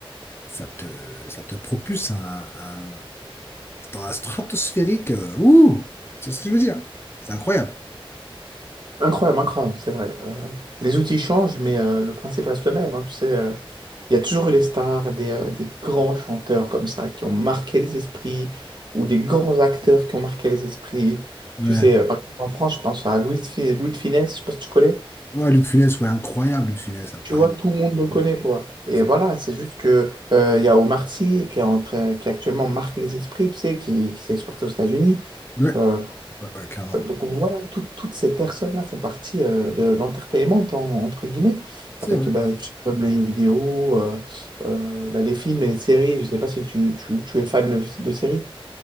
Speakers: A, on the left; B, on the right.
A: ça te, ça te propulse un, un- dans la stratosphérique. euh, ouh, c'est ce que je veux dire. C'est incroyable.
B: Incroyable, incroyable, c'est vrai. Euh, les outils changent, mais euh, le principe reste le même. hein, tu sais, euh, il y a toujours eu des stars, des, euh, des grands chanteurs comme ça qui ont marqué les esprits ou des grands acteurs qui ont marqué les esprits.
A: Ouais.
B: Tu sais, euh, par exemple, en France, je pense à Louis de, Fi- Louis de Funès, je sais pas si tu connais.
A: Ouais, Luc Funès, ouais, incroyable, Luc Funès, incroyable.
B: Tu vois, tout le monde le connaît, quoi. Et
A: C'est-
B: voilà, c'est juste que euh, il y a Omar Sy qui est en train- qui actuellement marque les esprits, tu sais, qui, qui s'est exporté aux États-Unis.
A: Ouais,
B: Euh,
A: ouais, ouais, clairement.
B: Euh, Donc voilà, tout- toutes ces personnes-là font partie euh, de l'entertainment, en- entre guillemets,
A: C'est
B: avec bah, tu comme les jeux vidéo, euh, euh, bah, les films et les séries. Je ne sais pas si tu, tu- tu es fan de, de séries.